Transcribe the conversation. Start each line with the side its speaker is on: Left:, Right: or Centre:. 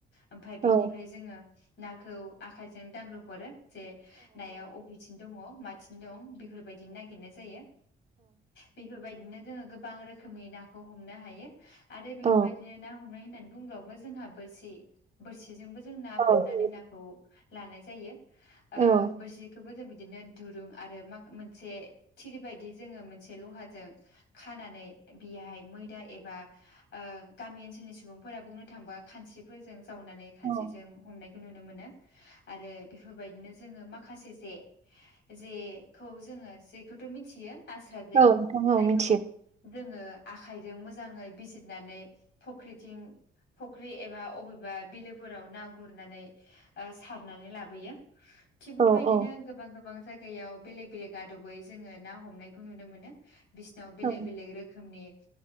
Left: ओमफाय बेनिफ्राय
Right: औ
Left: जोङो। नाखौ आखाइजों दांग्रोब हरो। जे नाया अबेथिं दङ। माथिं दं बि बेफोरबायदिनो नागिरनाय जायो बेफोरबायद नो जोङो गोबां रोखोमनि नाखौ हमनो हायो। आरो बेफोरबायदिनो
Right: औ
Left: ना हमनाय होननानै। बुंबावब्ला जोंहा बोरसि बोरसि जोंबो जों ना
Right: औ
Left: बोननानै नाखौ। लानाय जायो। ओ-
Right: औ
Left: बोरसिखोबो जों बिदिनो दुरुं आरो मोनसे थिर बायदि जोङो मोनसे लहाजों खानानै बेहाय मैदा एबा ओ-गामि ओनसोलनि सुबुंफोरा बुंनो थांबा खानस्रिफोरजों। जावनानै खानसेजों
Right: औ
Left: हमनाय नुनो मोनो आरो बेफोरबायदिनो जोङो माखासे जे जेखौ जोङो जेखौथ' मिथियो? आस्रा जे
Right: औ नोंथां
Left: जायखौ।
Right: औ मिथियो
Left: रोङो आखायजों मोजाङै बिजिरनानै फख्रिथिं फख्रि एबा अबेबा बिलोफोराव ना गुरनानै। ओ- सारनानै लाबोयो। थिग बेबायदिनो
Right: औ औ
Left: गोबां गोब गोबां जायगायाव बेलेग बेलेग आदबै जोङो ना हमनायखौ नुनो मोनो। बिसिनाव बेलेग
Right: औ
Left: बेलेग रोखोमनि